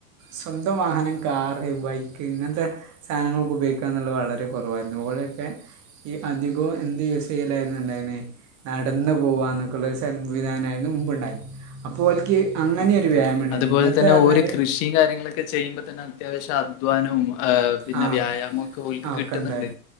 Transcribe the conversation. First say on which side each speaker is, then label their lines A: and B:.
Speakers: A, on the right; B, on the left.
A: സ്വന്തം വാഹനം കാറ് ബൈക്ക് ഇങ്ങനത്തെ സാനങ്ങളൊക്കെ ഉപയോഗിക്കുകന്നുള്ളത് വളരെ കൊറവായി ഓലൊക്കെ ഈ അധികവും എന്ത് യൂസെയ്യലായിരുന്നുണ്ടായിന്നെ. നടന്നു പോകുകന്നൊക്കെയുള്ള ഒരു സംവിധാനമായിരുന്നു മുമ്പുണ്ടായിരുന്നെ അപ്പോ ഓൽക്കീ- അങ്ങനെ
B: ഉം.
A: ഒര് വ്യായാമണ്ടായിനി.
B: അതുപോലെ
A: ഇന്നത്തെ
B: തന്നെ
A: പറഞ്ഞാല്-
B: <unintelligible> കാര്യങ്ങളൊക്കെ ചെയുമ്പോതന്നെ അത്യാവിശ്യം അധ്വാനവും ആ പിന്നെ
A: ആ
B: വ്യായാമൊക്കെ ഓൽക്ക്
A: ആ ഒക്കെ
B: കിട്ടുന്നുണ്ട്
A: ഉണ്ടായി